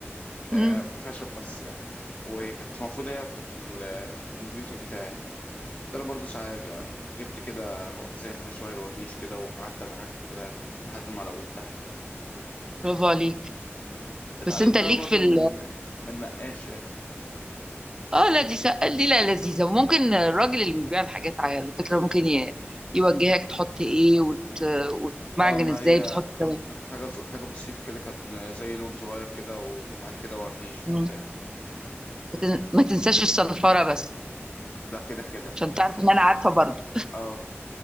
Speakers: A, on the left; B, on the right.
A: آه،
B: مم،
A: خشب بس يعني وكانت المفروض هي بتاعت الكمبيوتر بتاعي يعني ده انا برضه ساعه جبت كده زي حاجه شبه الورنيش كده وقعدت ادعكها كده لحد ما لونتها
B: برافو عليك
A: اتعلمتها
B: بس انت ليك
A: برضو
B: في ال...
A: من من نقاش يعني
B: اه لا دي س... دي لا لذيذه وممكن الراجل اللي بيبيع الحاجات على فكره ممكن ي... يوجهك تحط ايه وت... وتمعجن
A: اه ما
B: ازاي
A: هي
B: بتحط كمان
A: كانت حاجة ز- حاجة بسيطة كده كان زي لون صغير كده وبعد كده ورنيش
B: مم.
A: وبتاع
B: ما تن- ما تنساش الصنفره بس
A: ده كده كده
B: عشان
A: اه
B: تعرف ان انا عارفه برضه
A: اه